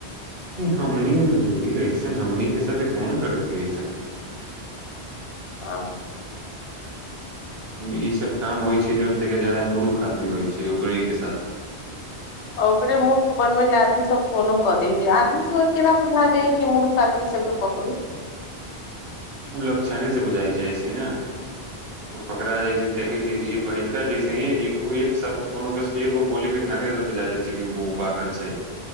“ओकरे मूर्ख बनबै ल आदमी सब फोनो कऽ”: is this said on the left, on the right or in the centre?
Left